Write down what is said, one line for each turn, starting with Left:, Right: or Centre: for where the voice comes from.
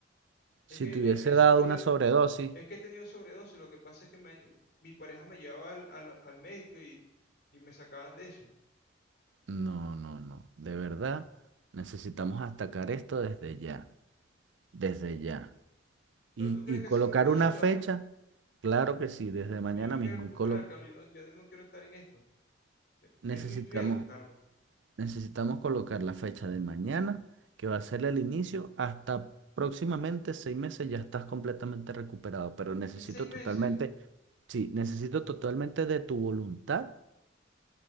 Left: Es
Right: si
Left: que
Right: te hubiese
Left: he, he
Right: dado
Left: sufrido,
Right: una sobredosis.
Left: es que he tenido sobredosis. Lo que pasa es que me- mi pareja me llevaba al, al- al médico y, y me sacaban de eso.
Right: No, no, no. De verdad, necesitamos atacar esto desde ya, desde ya.
Left: Pero
Right: Y,
Left: tú crees
Right: y
Left: que
Right: colocar
Left: así me puedes
Right: una
Left: ayudar.
Right: fecha, claro que sí, desde mañana
Left: Pues yo me
Right: mismo.
Left: quiero recuperar,
Right: Y colo-
Left: Carlos, yo no, yo no quiero estar en esto. E-
Right: necesitamos,
Left: Es un infierno, Carlos.
Right: necesitamos colocar la fecha de mañana, que va a ser el inicio, hasta próximamente seis meses ya estás completamente recuperado. Pero necesito
Left: En seis meses,
Right: totalmente, sí, necesito totalmente de tu voluntad